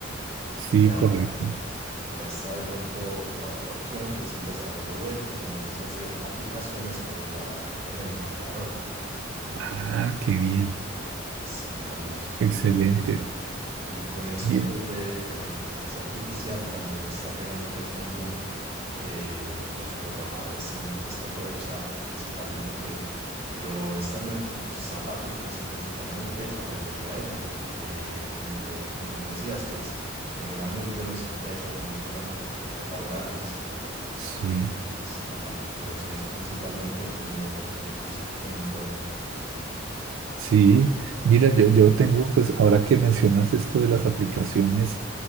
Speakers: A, on the right; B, on the right.
A: Sí,
B: Ya
A: correcto.
B: ya está de pronto la otra opción, que es el desarrollo web, que también es hacer aplicaciones, pero ya en el navegador.
A: Ah, qué bien.
B: Sí, Carlos.
A: Excelente.
B: Y, y con esto,
A: Bien.
B: pues, de, de la inteligencia artificial también está pegando, pues, un boom que los programadores tenemos, pues, que aprovechar principalmente. Yo estando en tus zapatos, pues, principalmente aprendería eso porque, como te, como tú decías, pues, genera muy buenos ingresos, muy buenas oportunidades laborales
A: Sí.
B: Y sí, Carlos, pero sí es principalmente como lo que te guste, comentó.
A: Sí, mira, yo, yo tengo, pues ahora que mencionas esto de las aplicaciones,